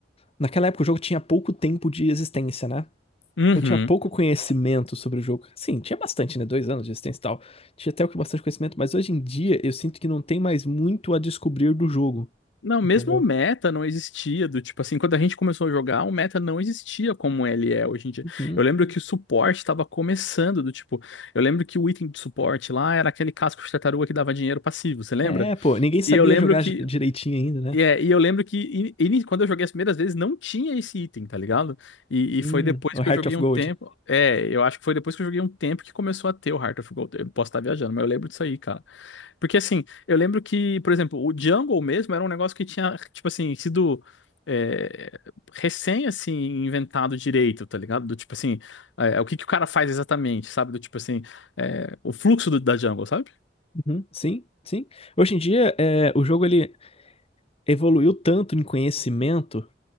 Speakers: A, on the left; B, on the left.
A: Naquela época o jogo tinha pouco tempo de existência, né?
B: Uhum.
A: Então tinha pouco conhecimento sobre o jogo. Sim, tinha bastante, né? Dois anos de existência e tal. Tinha até o que bastante conhecimento, mas hoje em dia eu sinto que não tem mais muito a descobrir do jogo,
B: Não,
A: entendeu?
B: mesmo o meta não existia, do tipo assim, quando a gente começou a jogar, o meta não existia como ele é hoje em dia.
A: Uhum.
B: Eu lembro que o suporte estava começando, do tipo, eu lembro que o item de suporte lá era aquele casco de tartaruga que dava dinheiro passivo, você lembra?
A: É, pô, ninguém sabia
B: E eu lembro
A: jogar
B: que
A: direitinho ainda, né?
B: E, é, e eu lembro que in- ini- quando eu joguei as primeiras vezes não tinha esse item, tá ligado? E,
A: Hum,
B: e foi depois
A: o
B: que
A: Heart
B: eu joguei
A: of
B: um
A: Gold.
B: tempo. É, eu acho que foi depois que eu joguei um tempo que começou a ter o Heart of Gold. Eu posso estar viajando, mas eu lembro disso aí, cara. Porque assim, eu lembro que, por exemplo, o Jungle mesmo era um negócio que tinha, tipo assim, sido é, recém, assim, inventado direito, tá ligado? Do tipo assim, é, o que que o cara faz exatamente, sabe? Do tipo assim, é, o fluxo do- da Jungle, sabe?
A: Uhum, Sim, sim. Hoje em dia é, o jogo ele evoluiu tanto em conhecimento